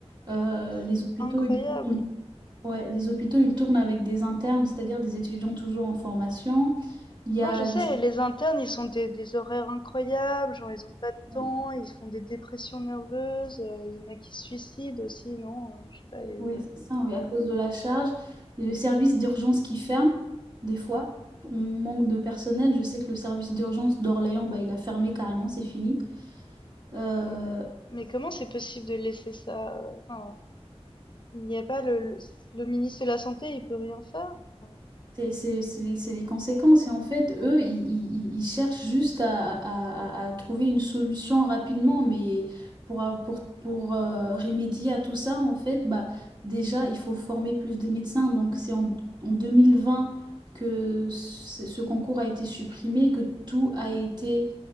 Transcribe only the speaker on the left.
Mais c'est
incroyable.
Non,
je sais,
les internes, ils sont des, des horaires incroyables, genre ils ont pas de
temps, ils font des dépressions nerveuses, euh, il y en a qui se suicident aussi, non, euh, je sais pas, il y a eu
Mais, mais comment c'est possible de laisser ça? euh, Enfin, il n'y a pas le, le, le ministre de la Santé, il peut rien faire. Enfin,